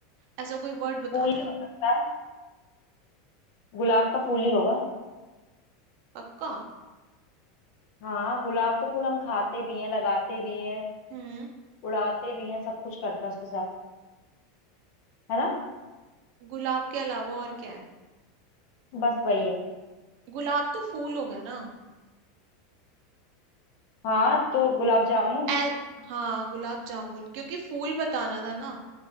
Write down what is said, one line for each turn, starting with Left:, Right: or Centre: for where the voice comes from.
Right: ऐसा कोई वर्ड बताना
Left: फूल ही
Right: है
Left: हो सकता है गुलाब का फूल ही होगा
Right: पक्का
Left: हाँ गुलाब के फूल हम खाते भी हैं लगाते भी हैं
Right: हम्म
Left: उड़ाते भी हैं सब कुछ करते हैं उसके साथ है ना
Right: गुलाब के अलावा और क्या है
Left: बस वही है
Right: गुलाब तो फूल हो गया ना
Left: हाँ तो गुलाब जामुन
Right: ए, हाँ गुलाब जामुन क्योंकि फूल बताना था ना